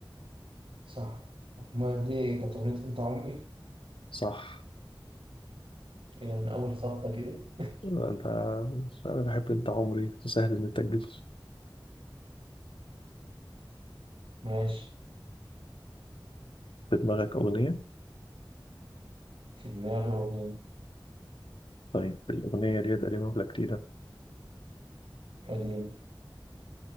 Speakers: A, on the right (about 80°); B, on the left (about 80°).
A: صح ما دي كانت أغنية أنت عمري
B: صح
A: إيه ده من أول خبطة كده
B: انت انا بحب انت عمري سهل ان انت تجيب
A: ماشي
B: في دماغك اغنيه
A: في دماغي أغنية
B: طيب الاغنيه دي قديمه ولا جديده
A: قديمة